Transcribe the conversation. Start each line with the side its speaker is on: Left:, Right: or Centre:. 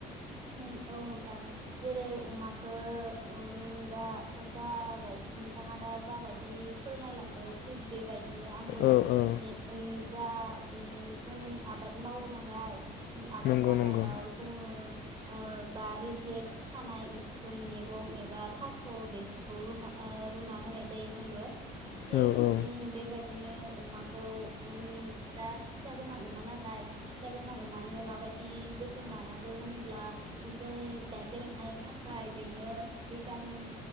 Right: नों औ नोंथां जेरै अमाखो ओ नों दा जाबाय नोंथाङा दा जाबाय दि फोरमायलांदों थिग बेबायदिनो आंबो
Left: औ औ
Right: ने ओ जा ओम जों आबाद मावो नालाय आबाद
Left: नंगौ
Right: मावनायाव
Left: नंगौ
Right: ओ ओ बारि जेक थानाय ओंख मैगं एबा थास' बेफोरखौ रुना ओ रुना होनाय जायो जोंबो थिक
Left: औ औ
Right: ओम बेबायदि बिदिनो अमाखौ ओम दा फिसा गोनां अमा नालाय फिसा गोनां अमानो माबायदि जोथ थोन लानांगौ होनोब्ला जों गाइखेर ओंखारनो थाखाय बेनो भिटामिन